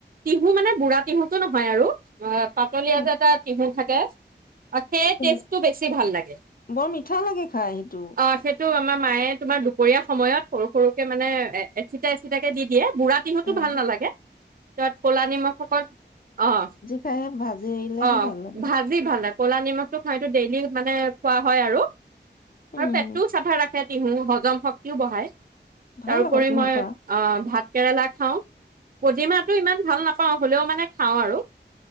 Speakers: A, on the right; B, on the left.
A: তিহু মানে বুঢ়া তিহুটো নহয় আৰু। অ'। পাতলীয়া
B: অ,
A: যে এটা তিহু থাকে। অ' সেই টেষ্টটো
B: উম
A: বেছি ভাল লাগে,
B: বৰ মিঠা লাগে খাই সেইটো
A: অ' সেইটো আমাৰ মায়ে তোমাৰ দুপৰীয়া সময়ত সৰু সৰুকে মানে এ এচিটা এচিটাকে দি দিয়ে। বুঢ়া তিহুতো
B: উম
A: ভাল নালাগে তত ক'লা নিমখসকল, অ'।
B: খাই ভাজি আহিললেহে
A: অ
B: ভাল লাগে।
A: ভাজি ভাল ক'লা নিমখটো খাইটো ডেইলি মানে খোৱা হয় আৰু।
B: উম
A: আৰু পেটটোও চাফা ৰাখে। তিহু হজম শক্তিও বঢ়ায়।
B: ভাল
A: তাৰোপৰি
B: আকৌ তিয়হ
A: মই
B: খোৱা
A: আহ ভাত কেৰেলা খাওঁ। পদিনাটো ইমান ভাল নাপাওঁ হ'লেও মানে খাওঁ আৰু।